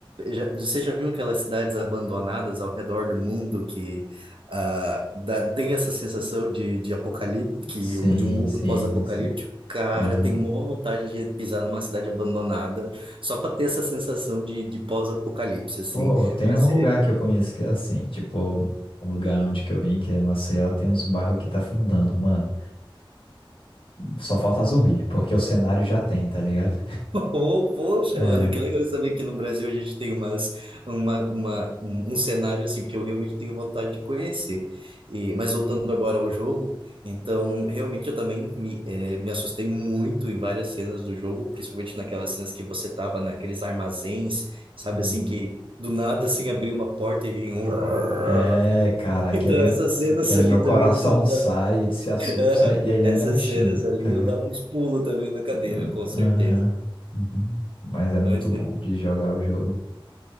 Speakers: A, on the right; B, on the left.
A: já- você já viu aquelas cidades abandonadas ao redor do mundo que ah, dá, tem essa sensação de, de apocalipse, que,
B: Sim,
A: o- de um mundo
B: sim,
A: pós-apocalíptico?
B: sim.
A: Cara,
B: Aham.
A: eu tenho uma vontade de pisar numa cidade abandonada só para ter essa sensação de, de pós-apocalipse, assim.
B: Pô, tem
A: Mas,
B: um lugar que eu conheço que é assim, tipo, um lugar onde que eu vim, que é Maceió, tem uns bairros que tá fundando, mano. Só falta zumbi, porque o cenário já tem, tá ligado?
A: Ô, poxa,
B: É,
A: mano, que legal saber que no Brasil a gente tem umas, uma, uma, um, um cenário assim, porque eu realmente tenho vontade de conhecer. E, mas voltando agora ao jogo, então realmente eu também me, eh, me assustei muito em várias cenas do jogo, principalmente naquelas cenas que você tava naqueles armazéns, sabe
B: Uhum.
A: assim, que do nada assim abriu uma porta e vinha um. <laughs>
B: é, cara, aqui
A: Então
B: no,
A: essas cenas
B: aqui no
A: ali
B: meu coração
A: também, às vezes eu
B: sai, ele se assusta
A: dava,
B: e
A: <laughs>
B: ele
A: essas
B: ainda me xinga,
A: cenas ali
B: tá ligado?
A: eu dava uns pulos também na cadeira,
B: Ah,
A: com certeza.
B: Aham. Uhum. Mas é muito
A: Mas,
B: bom
A: é.
B: de jogar o jogo.